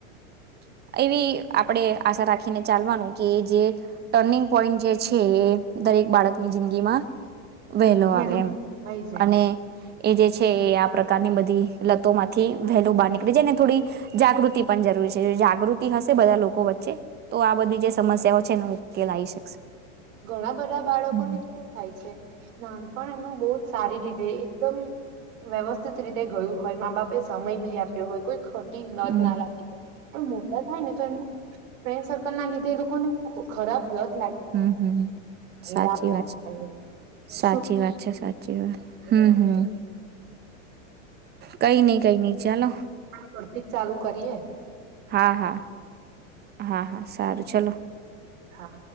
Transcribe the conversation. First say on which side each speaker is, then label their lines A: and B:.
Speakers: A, on the right; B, on the right.
A: <inaudible> એવી આપણે આશા રાખીને ચાલવાનું કે જે ટર્નિંગ પોઈન્ટ જે છે, એ દરેક બાળકની જિંદગીમાં વહેલો
B: વેલો
A: આવે એમ
B: થઈ જાય
A: અને એ જે છે, એ આ પ્રકારની બધી લતો માંથી <unintelligible> બહાર નીકળે છેને થોડી જાગૃતિ પણ જરૂરી છે. જાગૃતિ હશે બધા લોકો વચ્ચે તો આ બધી જે સમસ્યાઓ એ ન ઉકેલ આવી શકશે.
B: ઘણા બધા બાળકો
A: હમ
B: ને કેવું થાય છે, નાની પણ એમનું બહુ જ સારી રીતે એકદમ વ્યવસ્થિત રીતે ગયું. હોય મા બાપે સમય બી આપ્યો હોય કોઈ ખ લત
A: હમ
B: ના લાગી પણ મોટા થાય ને તો એ ફ્રેન્ડ સર્કલ ના લીધે એ લોકોને ખરાબ લત લાગી
A: મ સાચી
B: દારૂ
A: વાત
B: પીવાની
A: છે સાચી
B: સુ
A: વાત છે સાચી વાત હમ હમ. કઈ નઈ કઈ નઈ ચાલો.
B: કરતી જ ચાલુ કરીએ.
A: હા હા, હા હા સારું ચલો.
B: હા.